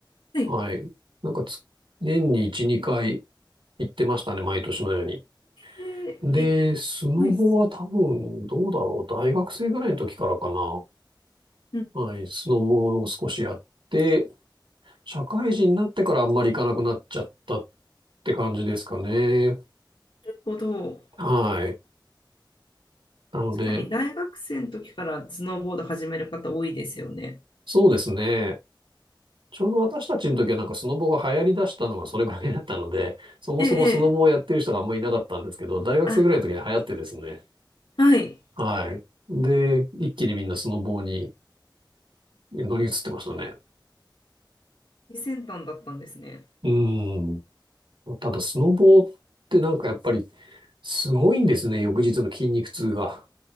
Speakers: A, on the left; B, on the right.
A: はい。
B: はい。なんかつ、年に1、2回行ってましたね、毎年のように。
A: えーえ、
B: で、スノボは多分、
A: はい。
B: どうだろう。大学生ぐらいの時からかな。
A: うん。
B: はい、スノボを少しやって、社会人になってからあんまり行かなくなっちゃったって感じですかね。
A: なるほど。
B: はい。なので、
A: 確かに大学生の時からスノーボード始める方多いですよね。
B: そうですね。ちょうど私たちの時はなんかスノボが流行り出したのがそれぐらいだったので、そもそもスノボをやってる人があんまりいなかったんですけど、
A: ええ、ええ
B: 大学生ぐらいの時に流行ってですね。
A: あ、はい。
B: はい。で、一気にみんなスノボに乗り移ってましたね。
A: 最先端だったんですね。
B: うん。ただ、スノボってなんかやっぱりすごいんですね。翌日の筋肉痛が。